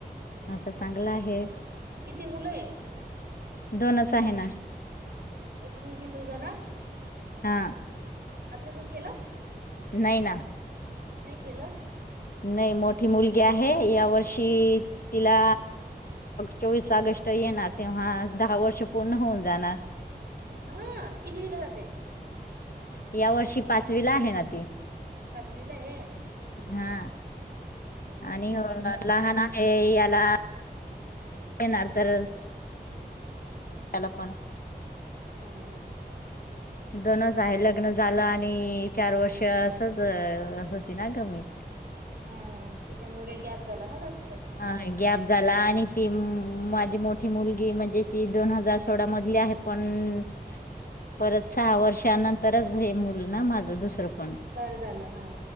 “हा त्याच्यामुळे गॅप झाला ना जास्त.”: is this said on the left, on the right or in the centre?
Right